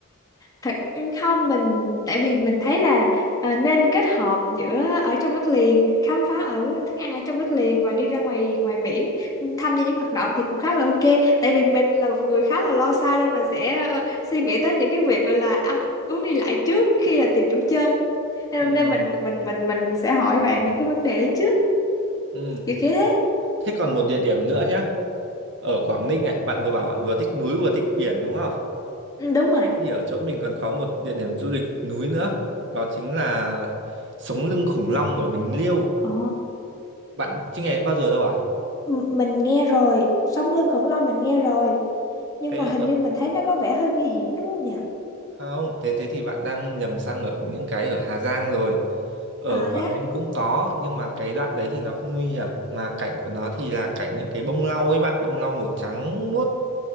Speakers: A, on the left; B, on the right.
A: thật không mình tại vì mình thấy là ờ, nên kết hợp giữa ở trong đất liền khám phá ở thức ăn ở trong đất liền và đi ra ngoài ngoài biển ừ, tham gia những hoạt động thì cũng khá là ok tại vì mình là một người khá là lo xa nên mình sẽ ờ, suy nghĩ tới những cái việc gọi là ăn uống đi lại trước khi là tìm chỗ chơi nên,
B: Ừ,
A: nên mình mình mình mình sẽ hỏi bạn những cái vấn đề đấy trước
B: ừ.
A: kiểu kiểu thế
B: Thế còn một địa điểm nữa nhá. Ở Quảng Ninh này, bạn vừa bảo bạn vừa thích núi vừa thích biển đúng không?
A: Ừ, đúng rồi
B: Thế thì ở chỗ mình còn có một địa điểm du lịch núi nữa. Đó chính là Sống lưng khủng long ở Bình Liêu.
A: Ồ.
B: Bạn chưa nghe đến bao giờ đâu à?
A: M- mình nghe rồi sống lưng khủng long mình nghe rồi nhưng
B: Thế
A: mà hình
B: ở
A: như mình thấy nó có vẻ hơi nguy hiểm đúng không nhỉ
B: Không, thế thế thì bạn đang nhầm sang ở những cái ở Hà Giang rồi. Ở
A: à
B: Quảng
A: thế á
B: Ninh cũng có, nhưng mà cái đoạn đấy thì nó không nguy hiểm. Mà cảnh của nó thì là cảnh những cái bông lau ấy bạn, bông lau màu trắng muốt.